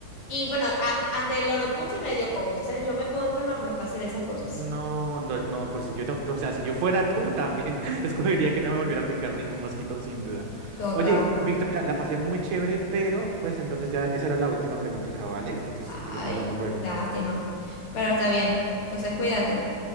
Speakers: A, on the left; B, on the right.
A: Y bueno, a- ante el oropuche me dio COVID, entonces yo me puedo enfermar muy fácil de esas cosas.
B: No, no, no, pues si yo, ta- o sea, si yo fuera tú también, <laughs> escogería que no me volviera a picar ningún mosquito, sin duda.
A: Total.
B: Oye, Victoria, la pasé muy chévere, pero pues entonces ya esa era la última preguntita, ¿vale? Entonces,
A: Ay,
B: si quieres, hablamos luego.
A: lástima. Pero está bien. Entonces cuídate.